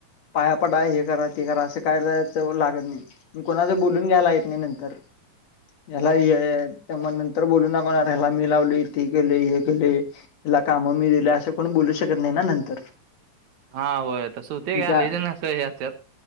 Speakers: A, on the left; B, on the right.
A: पाया पडा हे करा ते करा असे कायलाच लागत नाही. मी कोणाच बोलून घ्यायला येत नाही नंतर ह्याला हे त्या मग नंतर बोलू दाखवणार ह्याला मी लावले ते केले हे केले. तुला कामं मी दिले असं कोणी बोलू शकत नाही ना नंतर.
B: हा होय तर हुतंय
A: त्या
B: का लय जाण असत्यात स असतात.